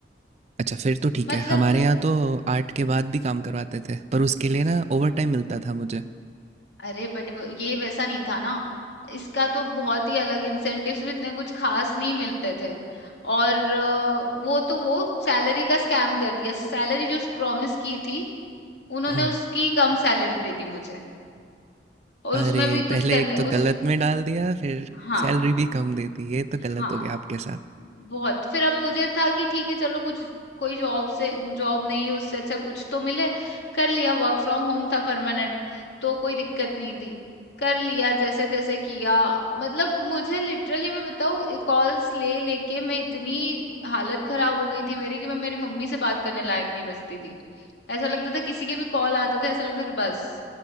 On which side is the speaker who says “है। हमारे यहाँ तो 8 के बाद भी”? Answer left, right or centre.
Right